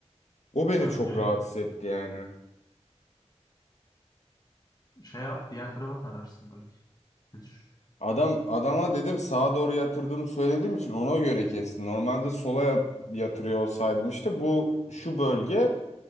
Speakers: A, on the left; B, on the left.
A: O beni
B: Evet,
A: çok
B: niye
A: rahatsız etti yani.
B: Şey yap, diğer tarafa tararsın belki. Bir düş.
A: Adam adama dedim sağa doğru yatırdığımı söylediğim için ona göre kesti. Normalde sola ya- yatırıyor olsaydım işte bu şu bölge